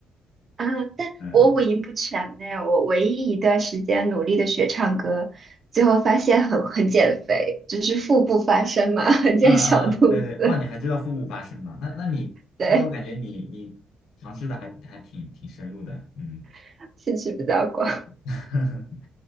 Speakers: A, on the right (about 45°); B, on the left (about 80°).
A: 啊，但我五音不全呢。
B: <laughs> 嗯
A: 我唯一一段时间努力的学唱歌，最后发现很很减肥，就是腹部发声嘛，<laughs> 很减小肚子。
B: 嗯嗯嗯，对对，哇，你还知道腹部发声吗那那你那我感觉你你尝试的还还挺挺深入的，
A: 对，
B: 嗯，
A: <laughs> 兴趣比较广。
B: <laughs>